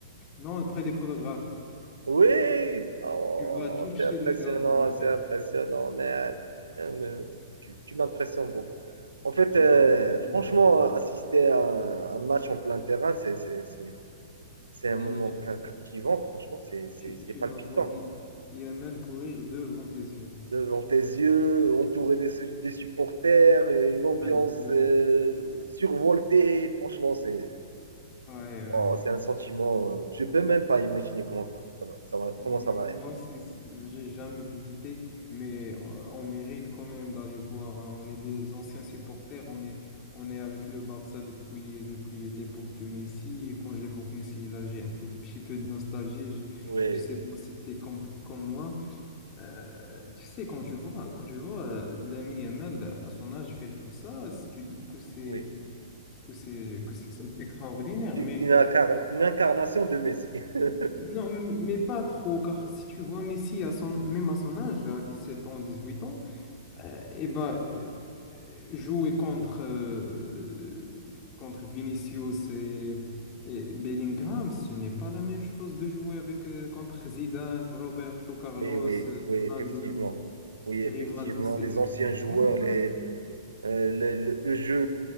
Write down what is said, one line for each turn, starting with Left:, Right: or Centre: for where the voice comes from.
Left: Non, près des photographes.
Right: Oui, oh,
Left: Tu vas toucher
Right: c'est impressionnant,
Left: le gazon, mon frère.
Right: c'est impressionnant, man. Euh, mais Tu, tu m'impressionnes beaucoup. En fait,
Left: Je
Right: euh,
Left: vais te briller.
Right: franchement, assister à un, un match en plein terrain, c'est c'est- c'est- c'est
Left: Ah
Right: un moment
Left: ouais, tu,
Right: ca- captivant, franchement, c'est c'est-
Left: tu,
Right: c'est
Left: tu
Right: palpitant.
Left: vas voir I- IML courir devant tes yeux.
Right: Devant tes yeux, entouré des, su- des supporters, une ambiance
Left: Allez courir.
Right: euh, survoltée, franchement, c'est
Left: Ouais, ouais.
Right: Oh, c'est un sentiment, euh, je peux même pas imaginer comment, enfin, ça va, ça va-
Left: Moi
Right: comment ça va être.
Left: aussi, c- j'ai jamais visité, mais euh, on mérite quand même d'aller voir. hein. On est des anciens supporters, on est, on est avec le Barça depuis, depuis l'époque de Messi. Et quand j'évoque Messi, là, j'ai un peu, petit peu de nostalgie.
Right: Oui,
Left: Je, je sais pas si t'es comme, comme moi. Euh, tu sais, quand je vois, quand je vois euh, Lamine Yamal à son âge faire tout ça, si tu dis que c'est,
Right: oui.
Left: que c'est, que c'est extraordinaire,
Right: C'est
Left: mais.
Right: Une, incarn- une incarnation de Messi. <laughs>
Left: Non, mais pas trop, car si tu vois Messi, à son, même à son âge, à 17 ans, 18 ans, et bah, euh, eh ben, euh, jouer contre, euh, contre Vinicius et, et Bellingham, ce n'est pas la même chose de jouer avec, euh, contre Zidane, Roberto Carlos,
Right: Mais oui,
Left: euh,
Right: oui, effectivement.
Left: Ronaldo,
Right: Oui, effectivement.
Left: Rivaldo, c'est
Right: Les
Left: euh,
Right: anciens
Left: c'est vraiment
Right: joueurs,
Left: pas
Right: les,
Left: la même chose.
Right: euh, le, le- le jeu